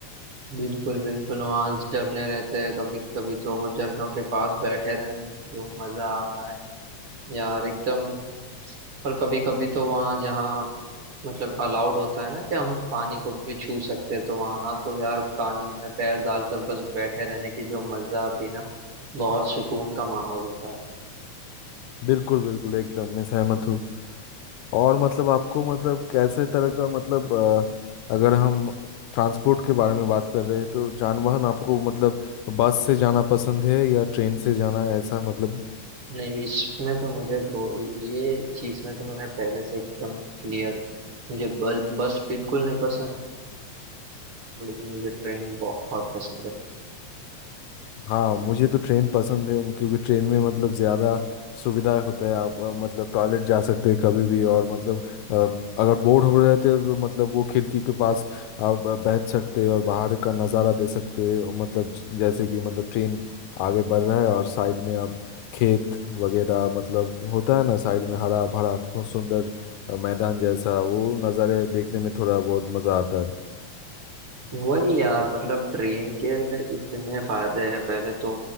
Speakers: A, on the right; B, on the left.
A: बिल्कुल बिल्कुल वहाँ झरने रहते हैं कभी कभी तो वो झरनों के पास बैठे रहने में जो मजा आता है यार एकदम और कभी कभी तो वहाँ जहाँ मतलब अलाउड होता है ना कि हम पानी को भी छू सकते हैं तो वहाँ तो यार पानी में पैर डालकर बस बैठे रहने की जो मजा आती है ना बहुत सुकून का माहौल होता है
B: बिल्कुल बिल्कुल एकदम मैं सहमत हूँ और मतलब आपको मतलब कैसे तरह का मतलब अ, अगर हम ट्रांसपोर्ट के बारे में बात कर रहे हैं तो जानवाहन आपको मतलब बस से जाना पसंद है या ट्रेन से जाना ऐसा मतलब
A: नहीं इसमें तो मुझे ब्रो ये चीज में तो मैं पहले से एकदम क्लियर हूँ मुझे बल, बस बिल्कुल नहीं पसंद लेकिन मुझे ट्रेन बहुत पसंद है
B: हाँ मुझे तो ट्रेन पसंद है क्योंकि ट्रेन में मतलब ज़्यादा सुविधाएं होता है आप अ, मतलब टॉयलेट जा सकते हैं कभी भी और मतलब अ, अगर बोर हो रहे थे तो मतलब वो खिड़की के पास आप अ, बैठ सकते हैं और बाहर का नज़ारा दे सकते हैं और मतलब ज- जैसे कि मतलब ट्रेन आगे बढ़ रहा है और साइड में आप खेत वगैरह मतलब होता है ना साइड में हरा भरा सु- सुंदर अ, मैदान जैसा वो नज़ारे देखने में थोड़ा बहुत मज़ा आता है
A: वही यार मतलब ट्रेन के इतने फायदे हैं पहले तो